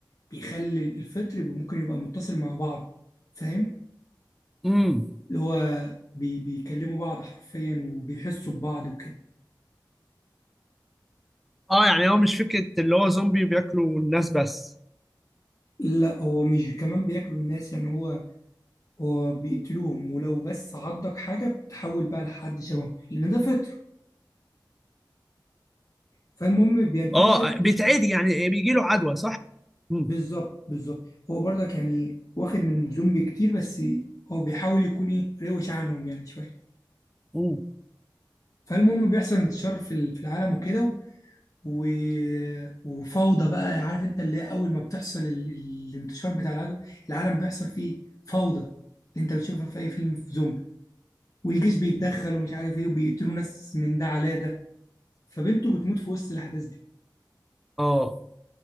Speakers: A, on the left (about 45°); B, in the centre.
A: بيخلي الفطر يبقى- ممكن يبقى متصل مع بعض فاهم
B: امم
A: اللي هو بي بيكلموا بعض حرفيا وبيحسوا ببعض وكده
B: اه يعني هو مش فكرة اللي هو زومبي بياكلوا الناس بس
A: لا هو مش كمان بياكلوا الناس يعني هو هو بيقتلوهم ولو بس عضك حاجة بتحول بقى لحد شبههم لأن ده فطر فالمهم بينتشر
B: اه بيتعدي يعني إيه، بيجي له عدوى صح؟ امم
A: بالظبط بالظبط هو برضك يعني واخد من زومبي كتير بس هو بيحاول يكون إيه روش عنهم يعني شوية
B: مم.
A: فالمهم بيحصل انتشار في ال- في العالم وكده و... وفوضى بقى عارف انت اللي هي أول ما بتحصل ال... الانتشار بتاع العالم العالم بيحصل فيه فوضى اللي انت بتشوفها في أي فيلم في زومبي والجيش بيتدخل ومش عارف ايه وبيقتلوا ناس من ده على ده فبنته بتموت في وسط الاحداث دي
B: اه